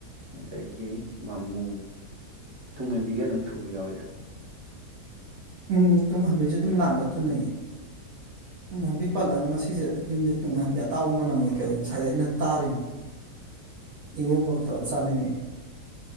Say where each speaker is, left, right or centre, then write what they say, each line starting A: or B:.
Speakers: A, on the right; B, on the right.
A: ꯑꯗꯒꯤ ꯉꯥꯃꯨ ꯇꯨꯡꯍꯟꯕꯤꯒ ꯑꯗꯨꯝ ꯊꯨꯕ ꯌꯥꯎꯋꯦꯗ
B: ꯎꯝ ꯇꯨꯡꯍꯝꯕꯤꯖꯨ ꯑꯗꯨꯝ ꯂꯥꯡꯗ ꯊꯨꯅꯩꯌꯦ ꯇꯨꯡꯍꯟꯕꯤ ꯄꯜꯂ ꯉꯁꯤꯖꯦ ꯌꯨꯝꯖꯦ ꯇꯨꯡꯍꯟꯕꯤ ꯑꯇꯥꯎꯕ ꯃꯅꯝꯑꯣꯏ ꯀꯩꯑꯣꯏ ꯉꯁꯥꯏꯗꯩꯩ ꯑꯩꯅ ꯇꯥꯔꯤꯅꯤ
A: <inaudible>
B: ꯏꯔꯣꯝꯕꯒ ꯇꯧꯔ ꯆꯥꯅꯤꯡꯉꯦ